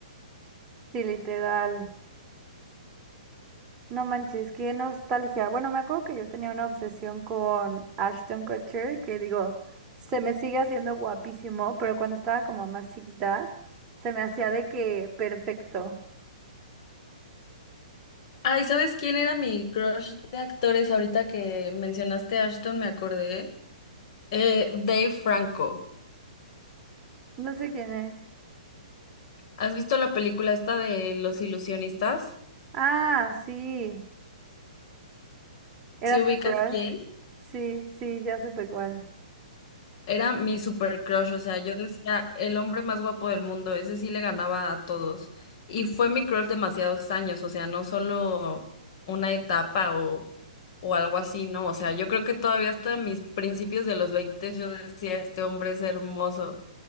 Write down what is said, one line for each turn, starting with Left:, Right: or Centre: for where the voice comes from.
Right: Sí, literal. No manches, qué nostalgia. Bueno, me acuerdo que yo tenía una obsesión con Ashton Kutcher, que digo, se me sigue haciendo guapísimo, pero cuando estaba como más chiquita, se me hacía de que perfecto.
Left: Ay, ¿sabes quién era mi crush de actores? Ahorita que mencionaste a Ashton, me acordé. Eh, Dave Franco.
Right: No sé quién es.
Left: ¿Has visto la película esta de Los Ilusionistas?
Right: Ah, sí, era
Left: si ubicas
Right: tu crush.
Left: quién?
Right: Sí, sí, ya supe cuál.
Left: Era mi super crush, o sea, yo decía, el hombre más guapo del mundo, ese sí le ganaba a todos. Y fue mi crush demasiados años, o sea, no solo una etapa o, o algo así, ¿no? O sea, yo creo que todavía hasta mis principios de los 20 yo decía, este hombre es hermoso.